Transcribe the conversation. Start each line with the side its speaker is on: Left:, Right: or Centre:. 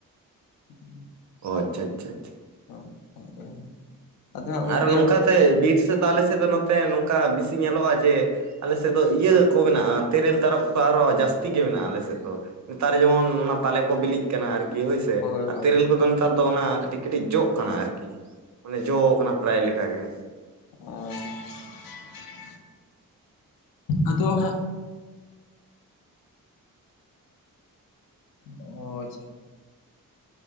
Left: ᱦᱩᱸ᱾
Right: ᱚ ᱟᱪᱪᱷᱟ ᱟᱪᱪᱷᱟ ᱟᱪᱪᱷᱟ᱾
Left: <unintelligible> ᱦᱟᱸᱜ ᱜᱚᱝᱠᱮ
Right: ᱟᱨᱚ ᱱᱚᱝᱠᱟᱛᱮ
Left: ᱚᱱᱠᱟ
Right: ᱵᱤᱨ ᱥᱮᱫ ᱫᱚ ᱟᱞᱮᱥᱮᱫ ᱫᱚ ᱱᱚᱛᱮ ᱱᱚᱝᱠᱟ ᱵᱤᱥᱤ ᱧᱮᱞᱚᱜᱼᱟ ᱡᱮ ᱟᱞᱮᱥᱮᱫ ᱫᱚ
Left: ᱦᱚᱸ
Right: ᱤᱭᱟᱹ ᱠᱚ ᱢᱮᱱᱟᱜᱼᱟ᱾ ᱛᱮᱨᱮᱞ ᱛᱟᱨᱚᱵ ᱠᱚᱫᱚ ᱟᱨᱚ ᱡᱟᱹᱥᱛᱤ ᱜᱮ ᱢᱮᱱᱟᱜᱼᱟ ᱟᱞᱮᱥᱮᱫ ᱫᱚ᱾ ᱱᱮᱛᱟᱨ ᱡᱮᱢᱚᱱ ᱚᱱᱟ ᱛᱟᱞᱮ ᱠᱚ ᱵᱤᱞᱤ ᱛᱮ ᱠᱟᱱᱟ ᱟᱨᱠᱤ ᱦᱳᱭᱥᱮ᱾
Left: ᱦᱳᱭ
Right: ᱟᱨ
Left: ᱦᱳᱭ
Right: ᱛᱮᱨᱮᱞ ᱠᱚᱫᱚ ᱱᱮᱛᱟᱨ ᱫᱚ ᱚᱱᱟ ᱠᱟᱹᱴᱤᱡ ᱠᱟᱹᱴᱤᱡ ᱡᱚᱜ ᱠᱟᱱᱟ ᱟᱨᱠᱤ᱾ ᱡᱚᱣ ᱠᱟᱱᱟ ᱯᱨᱟᱭ ᱞᱮᱠᱟ ᱜᱮ᱾
Left: ᱚ᱾ ᱟᱫᱚ ᱦᱟᱸᱜ ᱚ ᱟᱪᱪᱷᱟ᱾